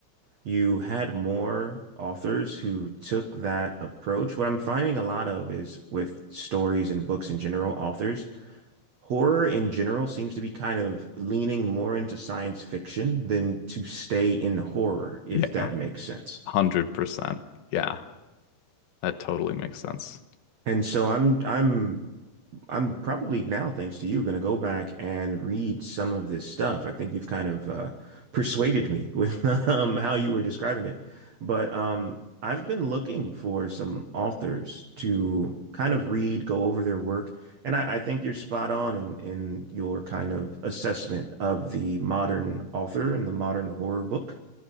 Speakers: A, on the right (about 70°); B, on the left (about 75°).
A: you had more authors who took that approach. What I'm finding a lot of is with stories and books in general, authors, horror in general seems to be kind of leaning more into science fiction than to stay in horror, if
B: Yeah,
A: that
B: 100%.
A: makes sense.
B: Yeah, that totally makes sense.
A: And so I'm I'm I'm probably now, thanks to you, going to go back and read some of this stuff. I think you've kind of uh, persuaded me with <laughs> um, how you were describing it. But um, I've been looking for some authors to kind of read, go over their work, and I, I think you're spot on in, in your kind of assessment of the modern author and the modern horror book.